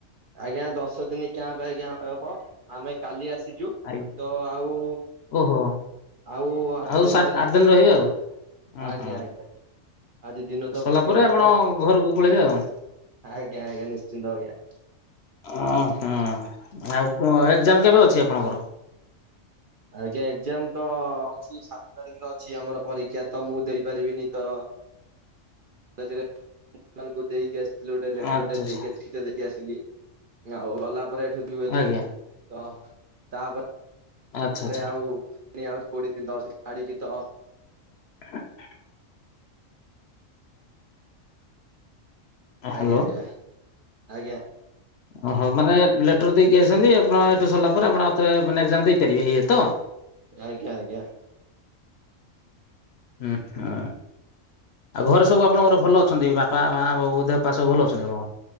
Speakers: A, on the right; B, on the left.
A: ଆଜ୍ଞା ଦଶ ଦିନ କ୍ୟାମ୍ପ ଆଜ୍ଞା ହେବ ଆମେ କାଲି ଆସିଛୁ
B: ଆଜ୍ଞା।
A: ତ ଆଉ।
B: ଓହୋ
A: ଆଉ ଆଠ
B: ଆଉ
A: ଦିନ
B: ସାତ
A: ରହିଲା
B: ଆଠ ଦିନ ରହିବେ ଆଉ ଉଁ
A: ଆଜ୍ଞା
B: ହୁଁ।
A: ଆଜ୍ଞା ଆଜି ଦିନ ତ
B: ସରିଲା
A: ଘଟିଗଲା
B: ପରେ ଆପଣ
A: ତ
B: ଘରକୁ ପଳେଇବେ ଆଉ‌।
A: ଆଜ୍ଞା ଆଜ୍ଞା ନିଶ୍ଚିନ୍ତ ଆଜ୍ଞା।
B: ଓ ହଁ ଆଉ ପୁ ଏକ୍ଜାମ କେବେ ଅଛି ଆପଣଙ୍କର?
A: ଆଜ୍ଞା ଏକ୍ଜାମ ତ ଅଛି ସାତ ତାରିଖରେ ଅଛି, ଆମର ପରୀକ୍ଷା ତ ମୁଁ ଦେଇପାରିବିନି ତ। କଲେଜ ରେ ତାଙ୍କୁ ଦେଇକି ଆସିଥିଲି, ଗୋଟେ ଲେଟରେ
B: ଆଚ୍ଛା ଆଚ୍ଛା
A: ଦେଇକି ଆଇଛି। ଦେଇ ଦେଇକି ଆସିଲି ଆଉ ଗଲା ପରେ, ଏଠୁ ଯିବି ବୋଲି
B: ଆଜ୍ଞା
A: ତ ତାପରେ।
B: ଆଚ୍ଛା ଆଚ୍ଛା।
A: ପରେ ଆଉ ପୁଣି ଆଉ କୋଡିିଏ ଦିନ ଛାଡିକିତ।
B: <inaudible> ହ୍ୟାଲୋ
A: ଆଜ୍ଞା ଆଜ୍ଞା ଆଜ୍ଞା।
B: ଓହୋ ମାନେ ଲେଟର ଦେଇକି ଆସିଛନ୍ତି, ଆପଣ ଏଠୁ ସରିଲା ପରେ ଆପଣ ଆଉଥରେ ମାନେ ଏକ୍ସାମ ଦେଇପାରିବେ ଏୟା ତ।
A: ଆଜ୍ଞା ଆଜ୍ଞା।
B: ହୁଁ ହୁଁ ଆଉ ଘରେ ସବୁ ଆପଣଙ୍କର ଭଲ ଅଛନ୍ତି ବାପା, ମା, ବୋଉ ଦେହ। ପା ସବୁ ଭଲ ଅଛନ୍ତି ମ।